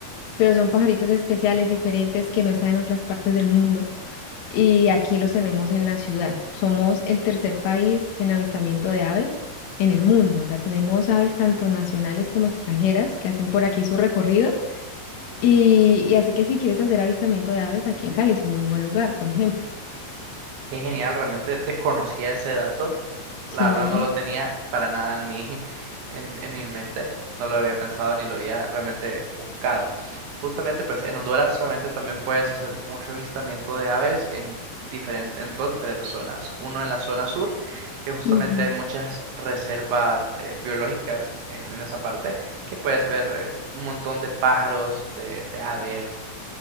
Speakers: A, on the left; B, on the right.
A: pero son pajaritos especiales, diferentes, que no están en otras partes del mundo y aquí los tenemos en la ciudad. Somos el tercer país en avistamiento de aves en el mundo. O sea, tenemos aves tanto nacionales como extranjeras que hacen por aquí su recorrido. Y, y así que si quieres hacer avistamiento de aves, aquí en Cali es un muy buen lugar, por ejemplo.
B: Qué genial, realmente desconocía ese dato. La
A: Sí.
B: verdad no lo tenía para nada en mi, <laughs> en, en mi mente. No lo había pensado ni lo había realmente buscado. Justamente, pues en Honduras realmente también puedes hacer mucho avistamiento de aves en, diferente, en dos diferentes zonas. Uno en la zona sur, que justamente
A: Ujú,
B: hay muchas reservas eh, biológicas en, en esa parte, que puedes ver eh, un montón de pájaros, de, de aves,